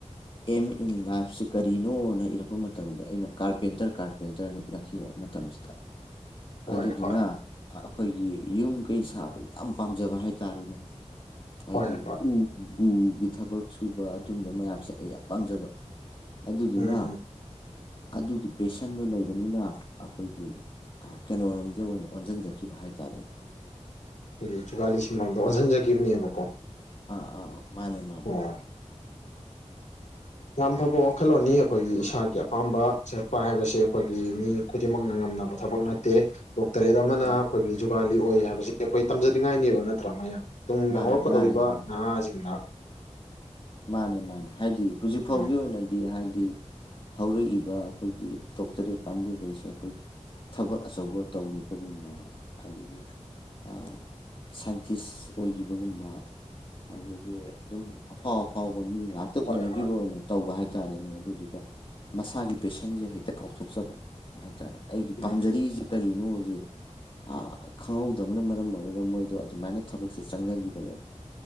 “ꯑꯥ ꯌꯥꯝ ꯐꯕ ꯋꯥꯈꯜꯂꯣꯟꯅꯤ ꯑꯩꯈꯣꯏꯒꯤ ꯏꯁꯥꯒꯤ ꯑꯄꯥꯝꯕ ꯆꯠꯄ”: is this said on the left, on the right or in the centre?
Left